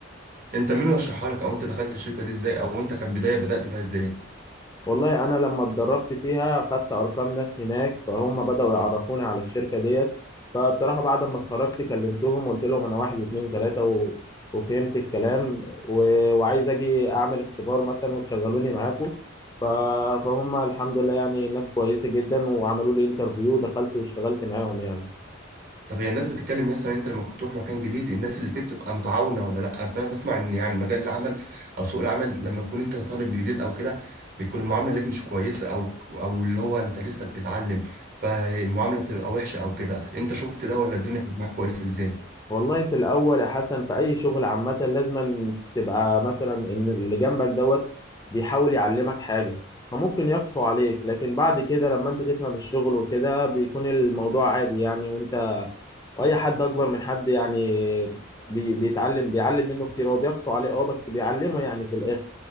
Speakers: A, on the right; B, on the left.
A: انت مين رشحها لك او انت دخلت الشركه دي ازاي او انت كبدايه بدات فيها ازاي
B: والله انا لما اتدربت فيها خدت ارقام ناس هناك فهم بداوا يعرفوني على الشركه ديت فبصراحه بعد ما اتخرجت كلمتهم وقلت لهم انا واحد اتنين تلاته و... وفهمت الكلام و... وعايز اجي اعمل اختبار مثلا وتشغلوني معاكم ف... فهم الحمد لله يعني ناس كويسه جدا وعملوا لي انترفيو دخلت واشتغلت معاهم يعني
A: طب هي الناس بتتكلم مثلا انت لما بتروح مكان جديد الناس اللي فيه بتبقى متعاونه ولا لا اصل انا بسمع ان يعني مجال العمل او سوق العمل لما تكون انت طالب جديد او كده بيكون المعامله ليك مش كويسه او او اللي هو انت لسه بتتعلم فالمعامله بتبقى وحشه او كده انت شفت ده ولا الدنيا كانت معاك كويسه ازاي
B: والله في الاول يا حسن في اي شغل عامه لازم تبقى مثلا ان اللي جنبك دوت بيحاول يعلمك حاجه فممكن يقسو عليك لكن بعد كده لما انت تفهم الشغل وكده بيكون الموضوع عادي يعني وانت واي حد اكبر من حد يعني بي بيتعلم بيعلم منه كتير هو بيقسو عليه اه بس بيعلمه يعني في الاخر